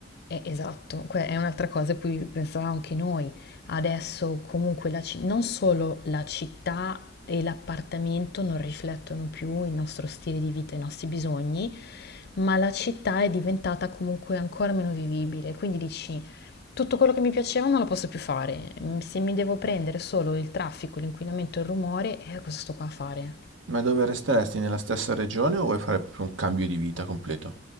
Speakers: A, on the left; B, on the right.
A: Eh, esatto, que- è un'altra cosa a cui pensavamo anche noi. Adesso comunque la ci- non solo la città e l'appartamento non riflettono più il nostro stile di vita, i nostri bisogni, ma la città è diventata comunque ancora meno vivibile. Quindi dici, tutto quello che mi piaceva non lo posso più fare. Mm, Se mi devo prendere solo il traffico, l'inquinamento e il rumore, eh, cosa sto qua a fare?
B: Ma dove resteresti? Nella stessa regione o vuoi fare proprio un cambio di vita completo?